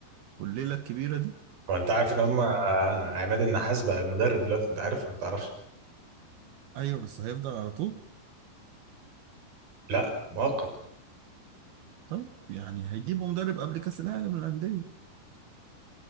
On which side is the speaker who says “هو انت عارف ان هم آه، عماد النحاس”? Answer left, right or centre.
Right